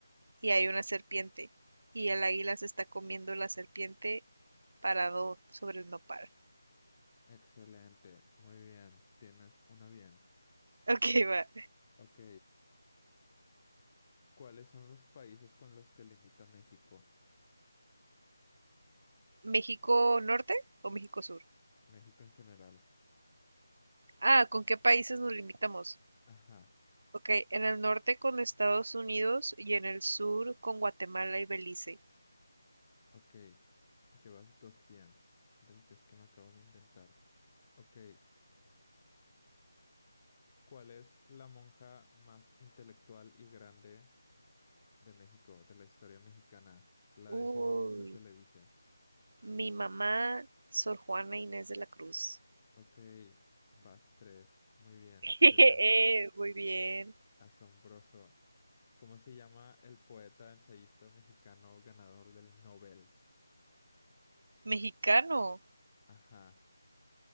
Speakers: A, on the right; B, on the left.
A: y hay una serpiente. Y el águila se está comiendo la serpiente parado sobre el nopal.
B: Excelente, muy bien, tienes una bien.
A: Ok, va.
B: Ok, ¿cuáles son los países con los que limita México?
A: ¿México norte o México sur?
B: México en general.
A: Ah, ¿con qué países nos limitamos?
B: Ajá,
A: Ok, en el norte con Estados Unidos y en el sur con Guatemala y Belice.
B: ok, llevas dos bien del test que me acabo de inventar. Ok, ¿cuál es la monja más intelectual y grande de México, de la historia mexicana? La
A: Uy,
B: décima musa se le dice.
A: Mi mamá, Sor Juana Inés de la Cruz.
B: Ok, vas tres, muy bien,
A: <laughs>
B: excelente,
A: Eh, Muy bien.
B: asombroso. ¿Cómo se llama el poeta ensayista mexicano ganador del Nobel?
A: Mexicano.
B: Ajá.